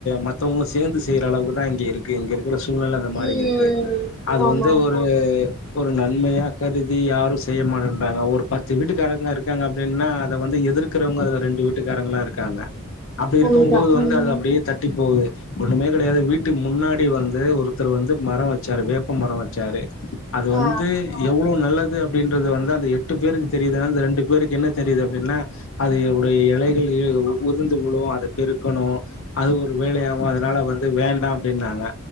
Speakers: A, on the left; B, in the centre.
A: மத்தவுங்களு சேந்து செய்யறளவுக்குதா இங்கிருக்கு இங்க சூழ்நெல அந்த மாரி
B: ம்
A: இருக்கு அது
B: ஆமா
A: வந்து
B: ஆமா
A: ஒரு ஒரு நன்மையா கருதி யாரு செய்ய மாட்டேன்றாங்க ஒரு பத்து வீட்டுக்காரங்க இருக்காங்க அப்டீன்னா அத வந்து எதிரு இருக்குறவங்கல ரெண்டு வீட்டுக்காரங்களா இருக்காங்க அப்டி
B: கண்டிப்பா
A: இருக்கும் போது வந்து
B: ம்
A: அது அப்டியே தட்டி போவுது ஒண்ணுமே கெடையாது வீட்டுக்கு முன்னாடி வந்து அது ஒருத்தர் வந்து மரோ வெச்சாரு வேப்ப மரோ வெச்சாரு அது வந்து
B: ஆ
A: எவ்வளோ நல்லது அ அப்டீன்றது வந்து அந்த எட்டு பேருக்கு தெரியுது அந்த ரெண்டு பேருக்கு என்ன தெரியுது அப்டீன்னா அதையுடைய எலைகள்யே உதிந்து வுழோ அத பெருக்கணோ அது ஒரு வேலையாவோ அதனால வந்து வேண்டா அப்டீன்னாங்க